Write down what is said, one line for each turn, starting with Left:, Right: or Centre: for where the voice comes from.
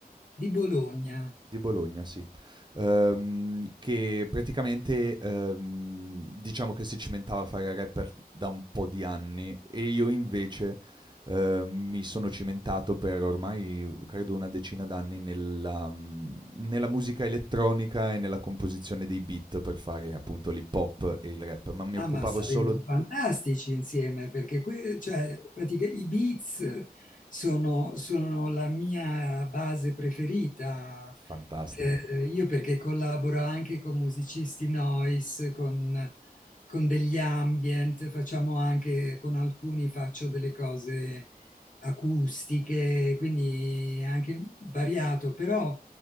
Left: di Bologna.
Right: Di Bologna, sì. Ehm, che praticamente ehm, diciamo che si cimentava a fare rapper da un po' di anni e io invece ehm, mi sono cimentato per ormai credo una decina d'anni nella, mm, nella musica elettronica e nella composizione dei beat per fare appunto l'hip hop e il rap, ma mi
Left: Ah,
Right: occupavo
Left: ma saremmo
Right: solo...
Left: fantastici insieme perché que- cioè, pratica- i Beats sono, sono la mia base preferita.
Right: Fantastico.
Left: Eh, io perché collaboro anche con musicisti noise, con, con degli ambient, facciamo anche con alcuni faccio delle cose acustiche, quindi è anche variato, però